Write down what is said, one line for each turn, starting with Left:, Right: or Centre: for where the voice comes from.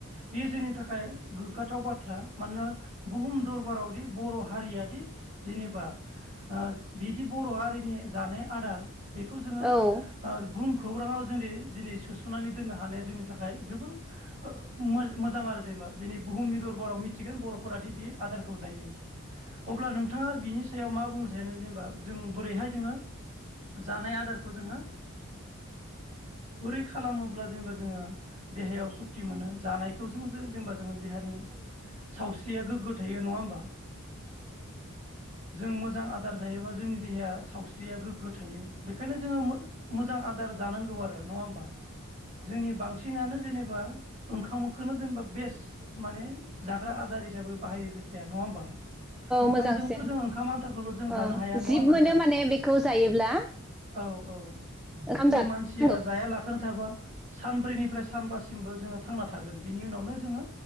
Right: बेयो जोंनि थाखाय गोग्गाथाव बाथ्रा मानोना बुहुम दरबारावदि बर हारियादि जेनेबा ओ बिदि बर हारिनि जानाय आदार बेखौ जोङो
Centre: औ-औ-औ-औ-औ-औ-औ-औ-औ-औ-औ-औ-औ-औ-औ
Right: ओ बुं खौराङाव जोंनि दिनै सोसनानै दोननो हानाया जोंनि थाखाय जोबोर ओ ओ मोमोजां आरो जेनेबा बे आदारखौ जायो। अब्ला नोंथाङा बिनि सायाव मा बुंनो सा <unintelligible> जेनेबा जों बोरैहाय जोङो जानाय आदारखौ जोङो बोरै खालामोब्ला जेनेबा जोङो देहायाव सुक्ति मोनो जानायखौ जों जो जेनेबा जोङो देहानि सावस्रिया गोग्गो थायो नङा होमबा। जों मोजां आदार जायोबा जोंनि देहाया सावस्रिया गोग्गो थायो। बेखायनो जोङो मो मोजां आदार जानांगौ आरो नङा होमबा जोंनि बांसिनानो जेनेबा बा ओंखामखोनो जेनेबा बेस्ट माने जाग्रा आदार हिसाबै बाहायो जेथिया नङा होमबा ओंखामजोंथ
Centre: मोजांसिन
Right: जों ओंखाम आन्थाखौल जों
Centre: ओ
Right: जानो हाया नङा
Centre: जिब
Right: होमबा
Centre: मोनो
Right: नोंथां
Centre: माने बेखौ जायोब्ला
Right: औ औ
Centre: ओंखाम
Right: जों
Centre: जानांगौ
Right: मानसिया जाया लाखोनो थाबा सानब्रैनिफ्राय सानबासिमल थांना थागोन बि बिनि उनावनो जोङो